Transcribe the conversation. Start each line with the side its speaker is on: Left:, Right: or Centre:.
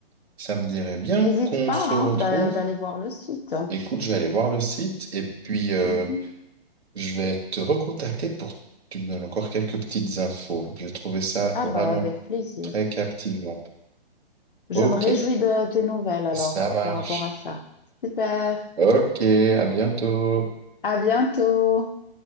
Right: ça me dirait bien
Left: N'hésite
Right: qu'on
Left: pas
Right: se
Left: hein,
Right: retrouve.
Left: d'a- d'aller voir le site.
Right: Écoute, je vais aller voir le site et puis, euh,
Left: Mhm.
Right: je vais te recontacter pour que tu me donnes encore quelques petites infos. J'ai trouvé ça
Left: Ah
Right: vraiment
Left: bah avec plaisir.
Right: très captivant.
Left: Je
Right: Ok,
Left: me réjouis de tes nouvelles alors
Right: ça marche.
Left: par rapport à ça. Super.
Right: Ok, à bientôt.
Left: À bientôt.